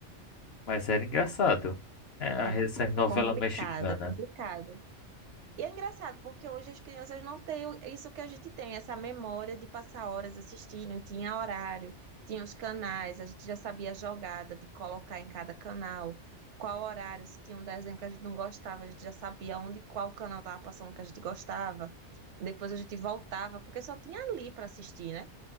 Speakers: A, on the left; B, on the right.
A: Mas era engraçado. É,
B: É
A: essas novelas
B: complicado,
A: mexicanas.
B: é complicado. E é engraçado, porque hoje as crianças não têm o- isso que a gente tem, essa memória de passar horas assistindo, tinha horário, tinha os canais, a gente já sabia a jogada de colocar em cada canal, qual horário, se tinha um desenho que a gente não gostava, a gente já sabia onde, qual canal estava passando que a gente gostava. Depois a gente voltava, porque só tinha ali para assistir, né?